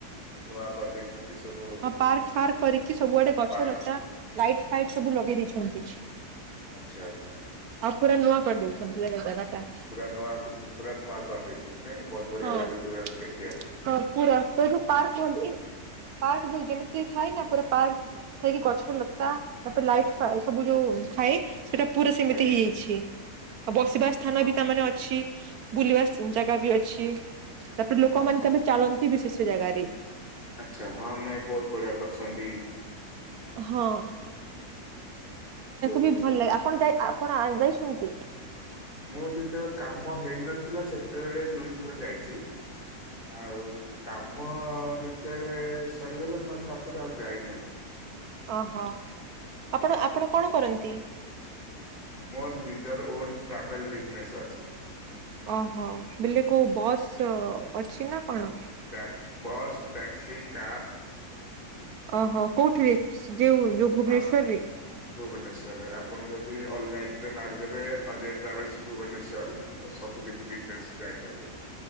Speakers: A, on the left; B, on the right.
A: ନୂଆ କରିଦେଇଚନ୍ତି ସବୁ।
B: ହଁ ପାର୍କ ଫାର୍କ କରିକି ସବୁଆଡେ ଗଛ
A: ପାର୍କ
B: ଲତା ଲାଇଟ ଫାଇଟ ସବୁ ଲଗେଇ ଦେଇଛନ୍ତି।
A: ଆଚ୍ଛା ଆଚ୍ଛା।
B: ଆଉ ପୁରା ନୂଆ କରିଦେଇଛନ୍ତିୁ ଜାଗାଟା।
A: ପୁର ନୂଆ ପୁରା ନୂଆ କରି ଦେଇଛନ୍ତି ନାଇଁ ବଡ ବଢିଆ
B: ହଁ
A: ଲାଗୁଚି।
B: <unintelligible> ପାର୍କ କୁହନ୍ତି ପାର୍କ ଯୋଉ ଯେମିତି ଥାଏ ନା ପୁରା ପାର୍କ ଥାଇକି ଗଛ ଲତା। ତାପରେ ଲାଇଟି ଫାଇ ସବୁ ଯୋଉ ଥାଏ ସେଟା ପୁରା ସେମିତି
A: ଆଜ୍ଞା
B: ହେଇଯାଇଚି ଆଉ ବସିବା ସ୍ଥାନ
A: ହଁ
B: ବି ତାମାନେ ଅଛି ବୁଲିବା ଜାଗା ବି ଅଛି। ଲୋକ
A: ହଁ
B: ମାନ
A: ହଁ।
B: କେବେ ଚାଲନ୍ତି ବି ସେ ସେ ଜାଗାରେ।
A: ଆଚ୍ଛା ହଁ ନାଇଁ ବୋହୁତ ବଢିଆ କରିଚନ୍ତି।
B: ହଁ <unintelligible>
A: ଯୋଗ।
B: ବି ଭଲ ଲାଗେ ଆପଣ ଯାଇ ଆପଣ ଆ ଯାଇଚନ୍ତି?
A: ମୁଁ ଯେତେବେଳେ କାମ ହେଇନଥିଲା ସେତେବେଳେ ଦୁଇଥର ଯାଇଚି। ଆଉ କାମ ଯେତେବେଳେ ସରିଗଲା। ମୁଁ ଆଉ ତାପରେ ଆଉ ଯାଇନାହିଁ।
B: ଓହୋ ଆପଣ ଆପଣ କଣ କରନ୍ତି?
A: ମୋର ନିଜର ଓନ୍ ଟ୍ରାଭେଲ ବିଜନେସ ଅଛି।
B: ଓହୋ ବେଲେ କୋଉ ବସ୍ ଅଛି ନା କଣ?
A: ଟ୍ୟା ବସ୍, ଟ୍ୟାକ୍ସି, କାର୍।
B: ଓହୋ କୋଉଠିରେ ଯେଉ ଯୋଉ ଭୁବନେଶ୍ୱର
A: ଆ
B: ରେ?
A: ଭୁବନେଶ୍ଵରରେ ଆପଣ ଯଦି ଅନଲାଇନରେ ମାରିଦେବେ ଅଜୟ ଟ୍ରାଭେଲସ ଭୁବନେଶ୍ଵର। ତ ସବୁ କିଛି ଡିଟେଲସ ଜାଣିପାରିବେ।